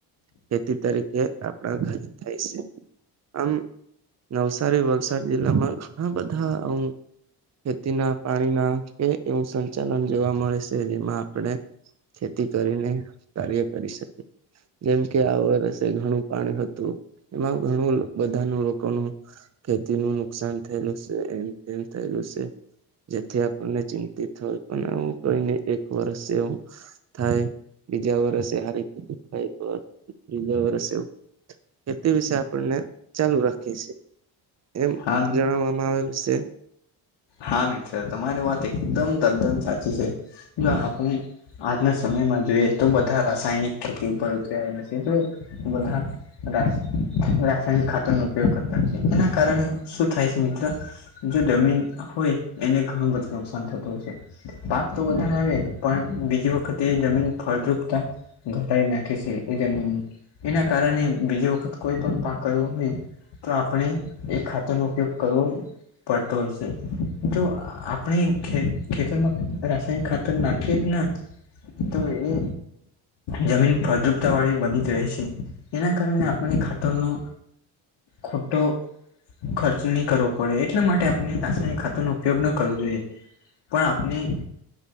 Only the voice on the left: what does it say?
હા
હા મિત્ર તમારી વાત એકદમ તદ્દન સાચી છે, જો આપણે આજના સમયમાં જોઈએ તો, બધા રાસાયણિક ખેતી ઉપર ઉતત્રાઆલા સે જો બધા રાસ રાસાયણિક ખાતરનો ઉપયોગ કરતા છે, એના કારણે શું થાય છે મિત્ર જો જમીન હોય એને ઘણું બધું નુકસાન થતું હોય છે. પાક તો વધારે આવે પણ બીજી વખતે જમીન ફળદ્રુપતા ઘટાળ નાખે સે એ જમીનની, એના કારણે બીજી વખત કોઈ પણ પાક કરવું હોય તો આપણે એ ખાતરનો ઉપયોગ કરવો પડતો હોય સે. જો આપણેે ખેત ખેતરમાં રાસાયણિક ખાતર નાખીએ જ ના તો એ જમીન ફળદ્રુપતા વાળી બની જાય છે, એના કારણે આપણને ખાતરનું ખોટો ખર્ચ ની કરવો પડે એટલા માટે આપણે રાસાયણિક ખાતર નો ઉપયોગ ન કરવો જોઈએ, પણ આપણે